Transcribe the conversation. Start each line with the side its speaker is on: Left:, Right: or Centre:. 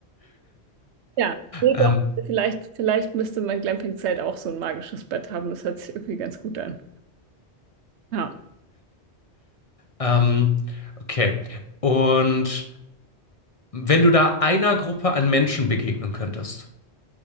Right: Ja, nee,
Left: Ähm,
Right: doch. Vielleicht, vielleicht müsste mein Glamping-Zelt auch so ein magisches Bett haben. Das hört sich irgendwie ganz gut an. Ja,
Left: ähm, okay. Und wenn du da einer Gruppe an Menschen begegnen könntest,